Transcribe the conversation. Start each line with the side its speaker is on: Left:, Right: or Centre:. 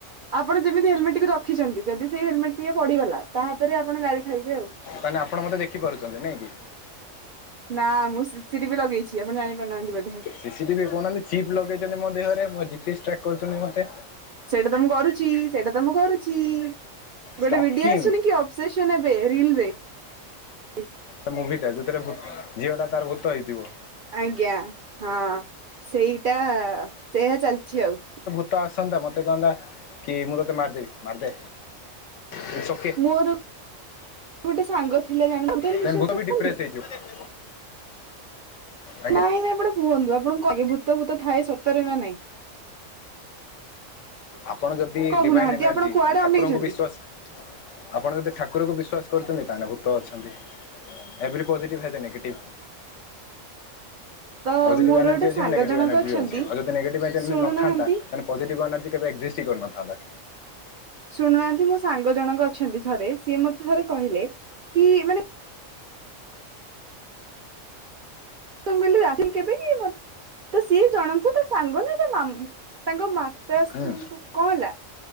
Right: ଆପଣ ଯେମିତି ହେଲମେଟ ଟିକୁ ରଖିଛନ୍ତି ଯଦି ସେଇ ହେଲମେଟ ଟିକେ ପଡିଗଲା ତାପରେ ଆପଣ ଗାଡି ଖାଇବେ ଆଉ।
Left: ତାହାନେ ଆପଣ ମତେ ଦେଖି ପାରୁଛନ୍ତି ନଁ କି?
Right: ନା ମୁଁ ସି ସି ଟିଭି ଲଗେଇଛି ଆପଣ ଜାଣିପାରୁନାହାନ୍ତି ବୋ
Left: ସିସି ଟିଭି କହୁନାହାନ୍ତି ଚିପ୍ ଲଗେଇଛନ୍ତି ମୋ ଦେହରେ ମୋ ଜପି୍ଏସ ଟ୍ରାକ କରୁଛନ୍ତି ମତେ।
Right: ସେଇଟା ତ ମୁଁ କରୁଛି ସେଇଟା ତ ମୁଁ କରୁଛି
Left: ଷ୍ଟକିଂ
Right: ଗୋଟେ ଭିଡିଓ ଆସୁନି କି ଅ ସେସନ ଏବେ ରିଲ ରେ। ହ
Left: ସେ ମୁଭିଟା ଯେଉଥିରେ ଝିଅ ଟା ତାର ଭୂତ ହେଇଥିବ।
Right: ଆଜ୍ଞା ହଁ ସେଇଟା ସେଆ ଚାଲିଛି ଆଉ।
Left: ତ ଆସନ ଟା ମତେ କହିଲା କି ମୁଁ ତତେ ମାରିଦେବି ମାରିଦେ କିସ
Right: ମୋର ଗୋଟେ ସାଙ୍ଗ ଥିଲା ଜଣରେ
Left: ଦେନ୍
Right: ବିଶ୍ୱାସ
Left: ଭୂତ
Right: ରଖନ୍ତି।
Left: ବି <unintelligible> ଆଜ୍ଞା
Right: ନାଇଁ ନା ଆପଣ କୁହନ୍ତୁ ଆପଣ ଙ୍କୁ କଣ ଲାଗେ ଭୂତ ଫୁତ ଥାଏ ସତରେ ନା ନାଇଁ।
Left: ଆପଣ ଯଦି
Right: କହୁନାହାନ୍ତି
Left: ଡିଭାଇନ୍ ଏନର୍ଜି
Right: ଆପଣ କୁଆଡେ
Left: ମାନେ ଠାକୁରଙ୍କୁ
Right: ଅନେଇଛନ୍ତି
Left: ବିଶ୍ଵାସ ଆପଣ ଯଦି ଠାକୁରକୁ ବିଶ୍ଵାସ କରୁଛନ୍ତି ତାେଲେ ଭୂତ ଅଛନ୍ତି। Every positive has a negative.
Right: ତ
Left: ପଜିଟିଭ
Right: ମୋର
Left: ଏନର୍ଜି
Right: ଗୋଟେ
Left: ଅଛି
Right: ସାଙ୍ଗ
Left: ମାନେ ନେଗେଟିଭ୍
Right: ଜଣକ
Left: ଏନର୍ଜି
Right: ଅଛନ୍ତି
Left: ବି ଅଛି ଆଉ ଯଦ ନେଗେଟିଭ ଏଜନି
Right: ଶୁଣୁନାହାନ୍ତି।
Left: ନଥାନ୍ତା ତାନେ ପଜିଟିଭ ଏନର୍ଜି କେବେ ଏକ୍ଜିଷ୍ଟ୍ କରିନ ଥାନ୍ତା।
Right: ଶୁଣୁନାହାନ୍ତି ମୋ ସାଙ୍ଗ ଜଣକ ଅଛନ୍ତି ଥରେ ସିଏ ମତେ ଥରେ କହିଲେ କି ମାନେ <inaudible> କେବେ କି ତ ସିଏ ଜଣଙ୍କୁ ତା ସାଙ୍ଗ ନା ତା ମାମ ତାଙ୍କ ମା। ତା ସ୍ତ୍ରୀଙ୍କୁ
Left: ହୁଁ
Right: କଣ ହେଲା?